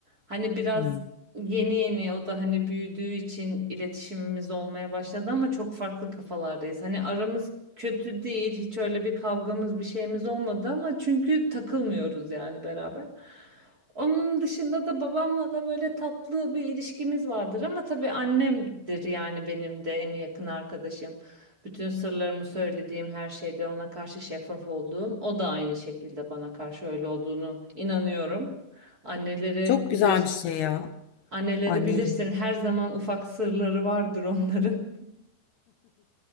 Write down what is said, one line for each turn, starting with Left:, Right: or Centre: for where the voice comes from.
Right: Hani biraz
Left: Hmm.
Right: yeni yeni o da hani büyüdüğü için iletişimimiz olmaya başladı ama çok farklı kafalardayız. Hani aramız kötü değil. Hiç öyle bir kavgamız bir şeyimiz olmadı ama çünkü takılmıyoruz yani beraber. Onun dışında da babamla da böyle tatlı bir ilişkimiz vardır ama tabii annemdir yani benim de en yakın arkadaşım. Bütün sırlarımı söylediğim her şeyde ona karşı şeffaf olduğum, o da aynı şekilde bana karşı öyle olduğunu inanıyorum. Anneleri
Left: Çok
Right: bilir,
Left: güzel bir şey ya.
Right: anneleri
Left: Anneyle.
Right: bilirsin her zaman ufak sırları vardır onların.